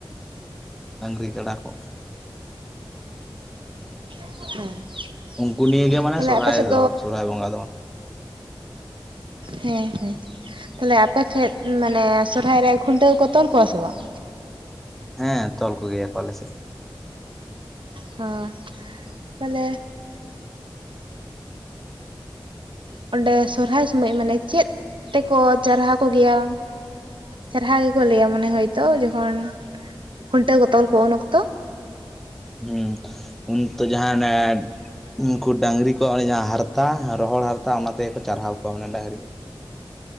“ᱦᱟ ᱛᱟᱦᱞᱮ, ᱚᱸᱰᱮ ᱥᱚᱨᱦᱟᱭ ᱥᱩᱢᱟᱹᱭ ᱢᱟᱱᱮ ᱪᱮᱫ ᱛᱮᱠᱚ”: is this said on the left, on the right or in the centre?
Right